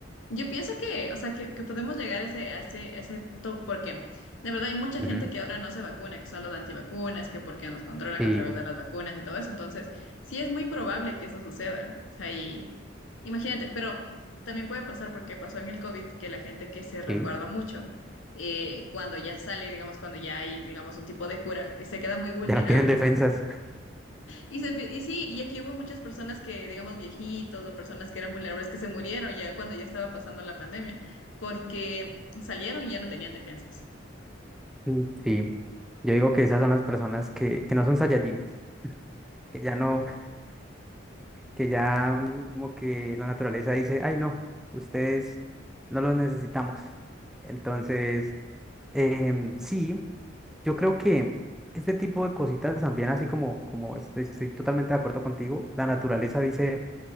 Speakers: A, on the left; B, in the centre.
A: yo pienso que, o sea, que, que podemos llegar a ese, a ese, a ese top porque de verdad hay mucha
B: ujú,
A: gente que ahora no se vacuna, que son los antivacunas, que porque nos controlan
B: Sí,
A: a través de las vacunas y todo eso. Entonces, sí es muy probable que eso suceda. O sea, y imagínate, pero también puede pasar porque pasó en el COVID que la gente que se resguarda
B: sí.
A: mucho, eh, cuando ya sale, digamos, cuando ya hay, digamos, un tipo de cura, y se queda muy vulnerable.
B: Ya no tienen defensas.
A: Y, se empie- y sí, y aquí hubo muchas personas que, digamos, viejitos o personas que eran vulnerables que se murieron ya cuando ya estaba pasando la pandemia, porque salieron y ya no tenían defensas.
B: Mm, Sí. Yo digo que esas son las personas que, que no son Saiyajines, que ya no, <laughs> que ya mm, como que la naturaleza dice, ay no, ustedes no los necesitamos. Entonces, Em, sí, yo creo que este tipo de cositas también, así como, como estoy, estoy totalmente de acuerdo contigo, la naturaleza dice,